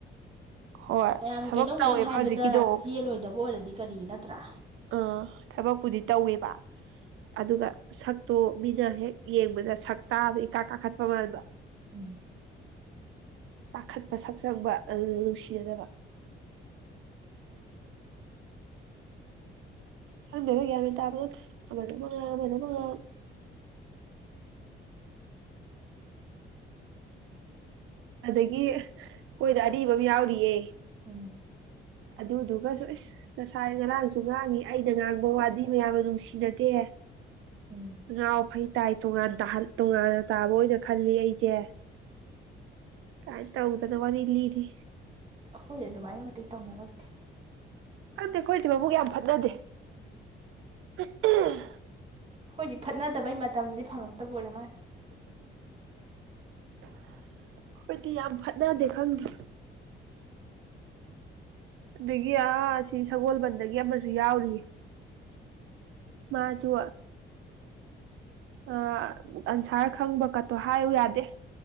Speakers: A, on the right; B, on the right.
A: ꯍꯣꯏ
B: ꯃꯌꯥꯝꯒꯤ
A: ꯊꯕꯛ
B: ꯀꯩꯅꯣꯝ ꯀꯩꯅꯣꯝ
A: ꯇꯧꯋꯦꯕ
B: ꯍꯥꯏꯕꯗ
A: ꯍꯧꯖꯤꯛꯀꯤꯗꯣ
B: ꯆꯦꯜꯂꯣꯏꯗꯕ ꯑꯣꯏꯔꯗꯤ ꯀꯗꯤ ꯅꯠꯇ꯭ꯔꯥ
A: ꯑꯥ ꯊꯕꯛꯄꯨꯗꯤ ꯇꯧꯋꯦꯕ ꯑꯗꯨꯒ ꯁꯛꯇꯣ ꯃꯤꯅ ꯍꯦꯛ ꯌꯦꯡꯕꯗ ꯁꯛ ꯇꯥꯗ ꯏꯀꯥ ꯀꯥꯈꯠꯄ ꯃꯥꯟꯕ
B: ꯎꯝ
A: ꯀꯥꯈꯠꯄ ꯁꯛ ꯆꯪꯕ ꯑꯗꯨ ꯅꯨꯡꯁꯤꯔꯗꯕ ꯊꯗꯒ ꯃꯤꯇ ꯑꯃꯅ ꯃꯉ ꯑꯃꯅ ꯃꯉ ꯑꯗꯒꯤ ꯑꯩꯣꯏꯗ ꯑꯔꯤꯕꯝ ꯌꯥꯎꯔꯤꯌꯦ
B: ꯎꯝ
A: ꯑꯗꯨꯗꯨꯒꯁꯨ ꯏꯁꯁ ꯉꯁꯥꯏ ꯉꯔꯥꯡꯁꯨ ꯉꯥꯡꯏꯤ ꯑꯩꯅ ꯉꯥꯡꯕ ꯋꯥꯗꯤ ꯃꯌꯥꯝꯅ ꯅꯨꯡꯁꯤꯅꯗꯦ
B: ꯎꯝ
A: ꯉꯑꯣ ꯐꯥꯏ ꯇꯥꯏ ꯇꯣꯉꯥꯟ ꯇ ꯇꯣꯉꯥꯟꯅ ꯇꯥꯕ ꯑꯣꯏꯅ ꯈꯜꯂꯤ ꯑꯩꯁꯦ ꯀꯖ ꯇ ꯎꯗꯗ ꯋꯥꯔꯤ ꯅꯗꯤ
B: ꯑꯩꯈꯣꯏ ꯑꯗꯨꯃꯥꯏꯅ ꯃꯇꯤꯛ ꯇꯧꯅꯔꯛꯇꯦ
A: ꯈꯪꯗꯦ ꯑꯩꯈꯣꯏꯗꯤ ꯃꯕꯨꯛ ꯌꯥꯝ ꯐꯠꯅꯗꯦ <unintelligible>
B: ꯍꯈꯣꯏꯗꯤ ꯐꯠꯅꯗꯕꯩ ꯃꯇꯝꯁꯦ ꯐꯪꯉꯛꯇꯕ ꯑꯣꯏꯔ ꯃꯥꯜꯂꯦ
A: ꯑꯩꯈꯣꯏꯗꯤ ꯌꯥꯝ ꯐꯠꯅꯗꯦ ꯈꯪꯗꯦ ꯑꯗꯒꯤ
B: ꯎꯝ
A: ꯑꯥ ꯁꯤ ꯁꯒꯣꯜꯕꯟꯗꯒꯤ ꯑꯃꯁꯨ ꯌꯥꯎꯔꯤꯌꯦ ꯃꯥꯁꯨ ꯑ ꯑꯟꯁꯥꯔ ꯈꯪꯕ ꯀꯛꯇꯣ ꯍꯥꯏꯌꯎ ꯌꯥꯗꯦ